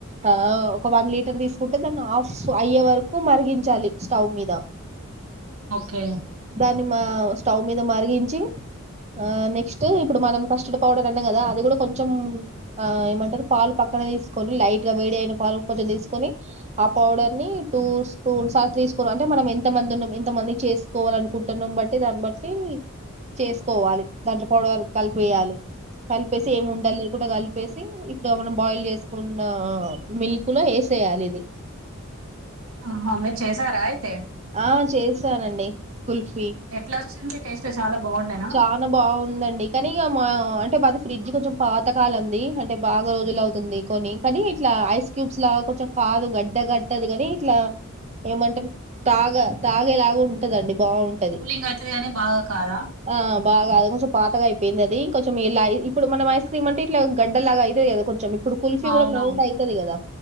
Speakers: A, on the right (about 30°); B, on the right (about 70°).
A: ఆ ఒక వన్ లీటర్ తీసుకుంటే దాన్ని ఆఫ్ అయ్యే వరకు మరిగించాలి స్టవ్ మీద
B: ఓకే
A: దాన్ని మా స్టవ్ మీద మరిగించి ఆ నెక్స్ట్ ఇప్పుడు మనం కస్టర్డ్ పౌడర్ అన్నాం కదా అది కూడా కొంచెం ఆ ఏమంటారు పాలు పక్కన తీసుకొని లైట్ గా వేడి అయిన పాలు కొంచెం తీసుకొని ఆ పౌడర్ ని టూ స్పూన్ సార్ తీసుకో అంటే మనం ఎంత మంది ఉ కొంత మంది చేసుకోవాలనుకుంటున్నాం బట్టి దాన్ని బట్టి చేసుకోవాలి దాంట్లో పౌడ కలిపేయాలి కలిపి చె ఏ ఉండల్ లేకుండాలి కలిపిగ్ ప్పేసి ఇప్పుడు మనం బాయిల్ చేసుకున్న మిల్క్ ల వేసేయాలి ఇది
B: ఆహ మీరు చేశారా అయితే
A: ఆ చేసానండి కుల్ఫీ
B: ఎట్లా వచ్చింది టేస్ట్ చాలా బాగుండే
A: చాలా బాగుందండి కానీ ఇక మా అంటే అది ఫ్రిడ్జ్ కొంచెం పాతకాలంది అంటే బాగా రోజులు అవుతుంది కొని కాని ఇట్లా ఐస్ క్యూబ్స్ లాగా కొంచెం కాదు గడ్డ గట్టది కాని ఇట్లా ఏమంటారు తాగ తాగేలాగా ఉంటదండి బావుంటది.
B: కూలింగ్ అయితుది కానీ బాగా కాదా
A: ఆ బాగా అది కొంచెం పాతగా అయిపోయింది అది కొంచెం ఇలా ఇప్పుడునం ఐస్ క్రీమ్ అంటే ఇట్లా గడ్డలాగా అయితది కదా కొంచెం ఇప్పుడు కుల్ఫీ
B: అవునవును
A: కూడా మెల్ట్ అవుతది కదా